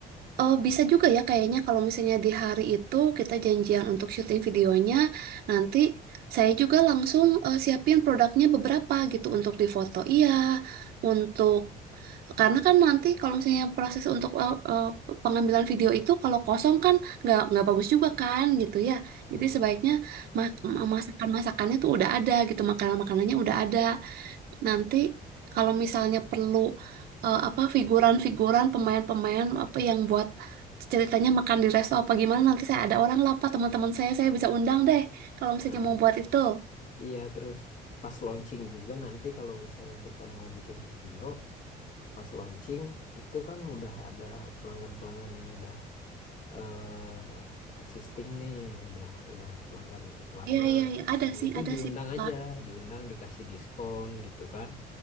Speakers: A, on the right; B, on the left.
A: Eh bisa juga ya kayaknya kalau misalnya di hari itu kita janjian untuk syuting videonya, nanti saya juga langsung eh, siapin produknya beberapa gitu untuk difoto. Iya, untuk karena kan nanti kalau misalnya proses untuk eh, eh, pengambilan video itu kalau kosong kan nggak nggak bagus juga kan gitu ya. Jadi
B: Mm-mm.
A: sebaiknya ma- masakan-masakannya tuh udah ada gitu, makanan-makanannya udah ada. Nanti kalau misalnya perlu eh, apa figuran-figuran pemain-pemain apa yang buat ceritanya makan di resto apa gimana nanti saya ada orang lah Pak, teman-teman saya saya bisa undang deh kalau misalnya
B: Nah,
A: mau buat itu.
B: iya terus pas launching juga nanti kalau misalnya kita mau bikin video pas launching itu kan udah ada pelanggan-pelanggan yang udah eh, existing nih yang udah udah pelanggan lama
A: Iya iya iya ada
B: Nah,
A: sih
B: itu
A: ada
B: diundang
A: sih
B: aja
A: Pak.
B: diundang dikasih diskon gitu kan